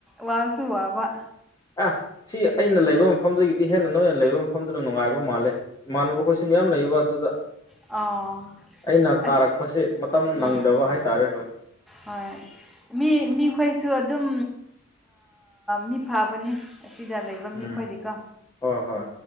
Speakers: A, in the centre; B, on the left.
A: ꯋꯥꯕꯁꯨ ꯋꯥꯕ
B: ꯑ ꯁꯤ ꯑꯩꯅ ꯂꯩꯕ ꯃꯐꯝꯗꯒꯤꯗꯤ ꯍꯦꯟꯅ ꯅꯣꯏꯅ ꯂꯩꯕ ꯃꯐꯝꯗꯨꯅ ꯅꯨꯡꯉꯥꯏꯕ ꯃꯥꯜꯂꯦ ꯏꯃꯥꯟꯅꯕ ꯈꯣꯏꯁꯨ ꯃꯌꯥꯝ ꯂꯩꯕ ꯑꯗꯨꯗ
A: ꯑꯥ
B: ꯑꯩꯅ
A: ꯑꯁꯤ
B: ꯀꯥꯔꯛꯄꯁꯤ ꯃꯇꯝ
A: ꯎꯝ
B: ꯅꯪꯗꯕ ꯍꯥꯏꯇꯥꯔꯦ ꯍꯣꯏ
A: ꯍꯣꯏ ꯃꯤ ꯃꯤꯈꯣꯏꯁꯨ ꯑꯗꯨꯝ ꯃꯤ ꯐꯕꯅꯤ ꯑꯁꯤꯗ ꯂꯩꯕ ꯂꯩꯕ ꯃꯤꯈꯣꯏꯗꯤꯀꯣ
B: ꯎꯝ ꯍꯣꯏ ꯍꯣꯏ